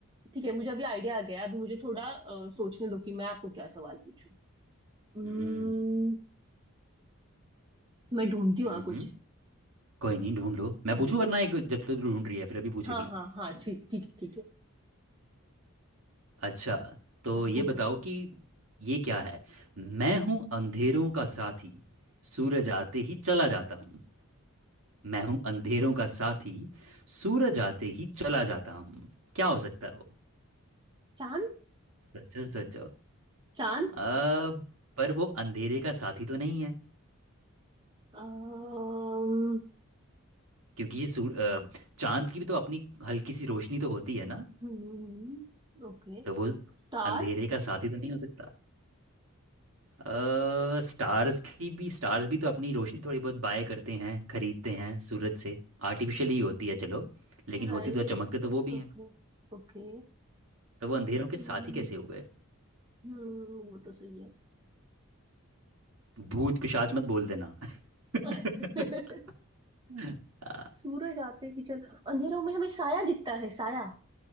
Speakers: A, on the right; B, on the right.
A: ठीक है मुझे अभी आइडिया आ गया अभी मुझे थोड़ा अ, सोचने दो कि मैं आपको क्या सवाल पूछूं हम्म,
B: हम्म
A: मैं ढूंढती हूँ
B: हम्म
A: हाँ कुछ
B: कोई नहीं ढूंढ लो मैं पूछूं
A: हम्म,
B: वरना एक जब तक तू ढूंढ रही है फिर अभी पूछेगी
A: हाँ हाँ हाँ ठीक ठीक है ठीक है
B: अच्छा तो
A: हाँ,
B: ये
A: पूछो
B: बताओ कि ये क्या है मैं
A: हम्म,
B: हूँ अंधेरों का साथी सूरज आते ही चला जाता हूँ मैं हूँ अंधेरों का साथी सूरज आते ही चला जाता हूँ क्या हो सकता है वो
A: चांद
B: सोचो सोचो
A: चांद
B: अब पर वो अंधेरे का साथी तो नहीं है
A: अम्म,
B: क्योंकि ये सूर अ, चांद की भी तो अपनी हल्की सी रोशनी तो होती है ना
A: हम्म, okay
B: तो वो
A: Stars
B: अंधेरे का साथी तो नहीं हो सकता अ, स्टार्स की भी स्टार्स भी तो अपनी रोशनी थोड़ी बहुत बाय करते हैं खरीदते हैं सूरज से आर्टिफिशियल ही होती है चलो लेकिन
A: Right
B: होती तो चमकते तो वो भी हैं
A: Okay okay
B: तो वो अंधेरों के
A: हम्म,
B: साथी कैसे हुए
A: हम्म, वो तो सही है
B: भूत पिशाच मत बोल देना <laughs>
A: <laughs>
B: हाँ
A: सूरज आते ही चल अंधेरों में हमें साया दिखता है साया